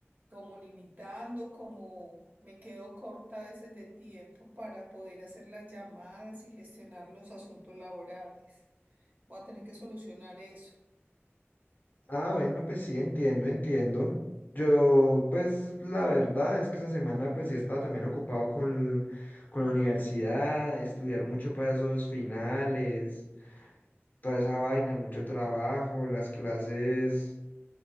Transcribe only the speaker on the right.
como limitando, como me quedo corta a veces de tiempo para poder hacer las llamadas y gestionar los asuntos laborales. Voy a tener que solucionar eso.